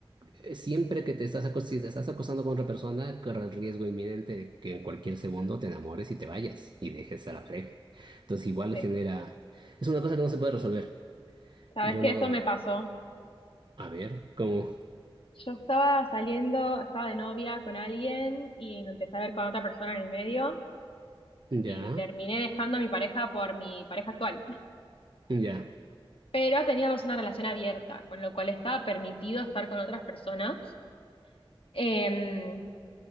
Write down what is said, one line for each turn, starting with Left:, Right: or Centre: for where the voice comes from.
Right: eh, siempre que te estás, acos- si te estás acostando con otra persona, corre el riesgo inminente de que en cualquier segundo te enamores y te vayas y dejes a la pareja. Entonces igual
Left: Sí.
Right: genera... Es una cosa que no se puede resolver.
Left: ¿Sabes
Right: Yo
Left: qué?
Right: no...
Left: Eso me pasó.
Right: A ver, como...
Left: Yo estaba saliendo, estaba de novia con alguien y me empecé a ver con otra persona en el medio.
Right: Ya,
Left: y terminé dejando a mi pareja por mi pareja actual.
Right: ya.
Left: Pero teníamos una relación abierta, con lo cual estaba permitido estar con otras personas. Eh,